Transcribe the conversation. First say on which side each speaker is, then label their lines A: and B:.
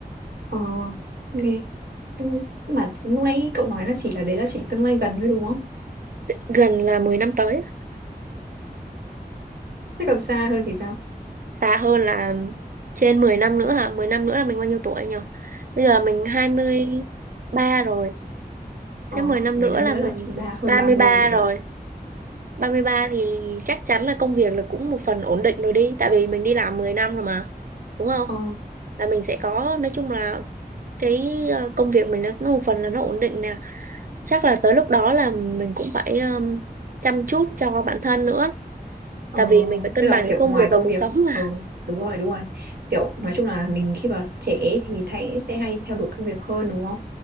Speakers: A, on the right (about 70°); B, on the right (about 60°).
A: Ờ, ok.
B: Ừ,
A: Ừ, Nhưng mà lúc nãy cậu nói là chỉ là đấy là chỉ tương lai gần thôi đúng không?
B: gần là mười năm tới
A: Thế còn xa hơn thì sao?
B: xa hơn là trên 10 năm nữa hả mười năm nữa là mình bao nhiêu tuổi nhỉ bây giờ là mình hai mươi ba rồi
A: Ờ,
B: thế 10 năm
A: 10
B: nữa
A: năm
B: là
A: nữa
B: mình
A: là ba hơn
B: ba
A: ba
B: mươi
A: mươi
B: ba
A: rồi
B: rồi
A: đó.
B: ba mươi ba thì chắc chắn là công việc là cũng một phần ổn định rồi đi tại vì mình đi làm 10 năm rồi mà đúng không
A: ờ
B: là mình sẽ có nói chung là cái ờ, công việc mình nó, nó một phần là nó ổn định nè chắc là tới lúc đó là mình cũng phải ờm, chăm chút cho bản thân nữa
A: Ờ,
B: tại vì mình phải cân
A: tức là
B: bằng giữa
A: kiểu
B: công
A: ngoài
B: việc và
A: công
B: cuộc
A: việc
B: sống mà
A: ừ đúng rồi đúng rồi kiểu nói chung là mình khi mà trẻ ấy thì thấy sẽ hay theo đuổi công việc hơn đúng không